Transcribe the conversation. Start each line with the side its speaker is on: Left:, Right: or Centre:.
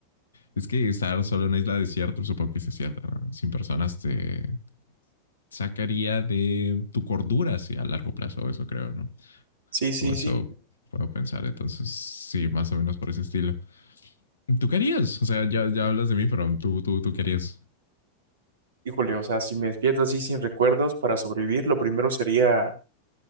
Left: Es que estar solo en una isla desierta, supongo que sí es desierta, ¿no? sin personas te sacaría de tu cordura, sí, a largo plazo, eso creo, ¿no?
Right: Sí, sí,
Left: O eso
Right: sí.
Left: puedo pensar, entonces sí, más o menos por ese estilo. ¿Tú querías? O sea, ya, ya hablas de mí, pero tú, tú, tú querías.
Right: Híjole, o sea, si me despierto así sin recuerdos para sobrevivir, lo primero sería,